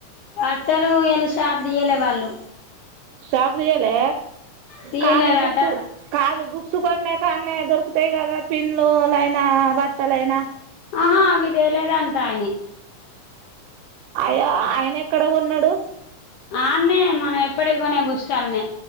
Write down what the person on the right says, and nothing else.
షాప్ దియాలే
కాదు బుక్స్ కాదు బుక్స్ కొన్న కాన్న దొరుకుతాయి కదా పిన్లులయినా బట్టలైనా
ఆయ ఆయనేక్కడ గొన్నడు